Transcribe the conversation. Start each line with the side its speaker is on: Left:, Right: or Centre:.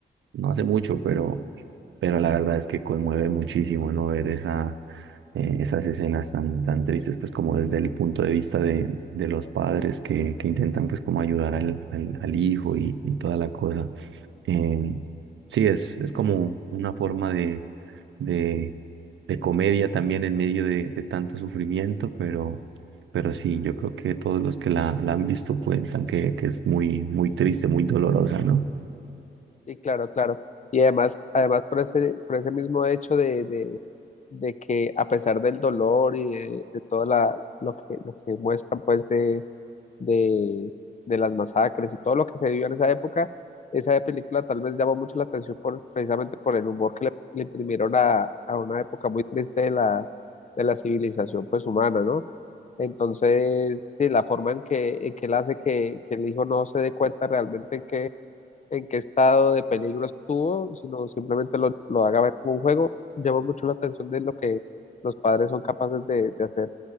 Right: no hace mucho, pero, pero la verdad es que conmueve muchísimo, ¿no? Ver esa, eh, esas escenas tan, tan tristes, pues como desde el punto de vista de, de los padres que, que intentan pues como ayudar al, al, al hijo y, y toda la cosa. Eh, sí, es, es como una forma de, de, de comedia también en medio de, de tanto sufrimiento, pero, pero sí, yo creo que todos los que la, la han visto cuentan que, que es muy, muy triste, muy dolorosa, ¿no?
Left: Y claro, claro. Y además, además por ese, por ese mismo hecho de, de, de que a pesar del dolor y de, de todo la, lo que, lo que muestran pues de, de, de las masacres y todo lo que se vivió en esa época, esa película tal vez llamó mucho la atención por, precisamente por el humor que le, le imprimieron a, a una época muy triste de la, de la civilización pues humana, ¿no? Entonces, sí, la forma en que, en que él hace que, que el hijo no se dé cuenta realmente en qué, en qué estado de peligro estuvo, sino simplemente lo, lo haga ver como un juego, llama mucho la atención de lo que los padres son capaces de, de hacer